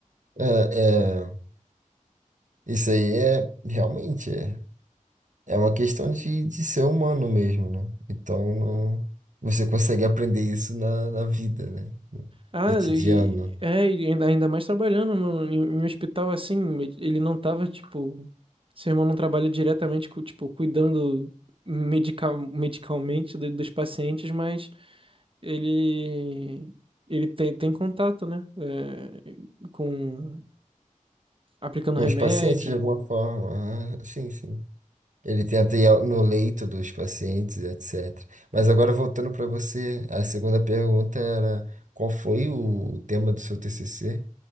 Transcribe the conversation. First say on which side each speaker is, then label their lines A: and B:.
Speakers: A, on the right; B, on the right.
A: É, é, isso aí é realmente. é É uma questão de, de ser humano mesmo, né? Então, não- você consegue aprender isso na, na vida, né? No
B: Ah,
A: cotidiano.
B: e, é, e ainda, ainda mais trabalhando no, em, em um hospital assim, ele ele não tava, tipo, seu irmão não trabalha diretamente, cu- tipo, cuidando medical, medicalmente do- dos pacientes, mas ele, ele tem, tem contato, né? É, com, aplicando
A: Com
B: remédio.
A: os pacientes, de alguma forma. Ah, sim, sim. Ele tenta ir ao- no leito dos pacientes, etc. Mas agora, voltando para você, a segunda pergunta era: qual foi o o tema do seu TCC?